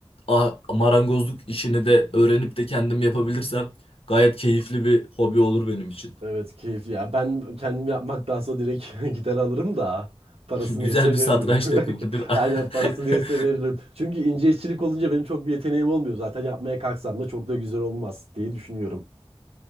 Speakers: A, on the left; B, on the right.
A: a- marangozluk işini de öğrenip de kendim yapabilirsem gayet keyifli bir hobi olur benim için.
B: Evet keyifli ya. Ben kendim yapmaktansa direkt <laughs> gider alırım da parası
A: <laughs> Güzel
B: neyse
A: bir
B: veririm.
A: satranç takımı
B: <laughs>
A: değil mi?
B: Aynen parası neyse
A: <laughs>
B: veririm. Çünkü ince işçilik olunca benim çok bir yeteneğim olmuyor. Zaten yapmaya kalksam da çok da güzel olmaz diye düşünüyorum.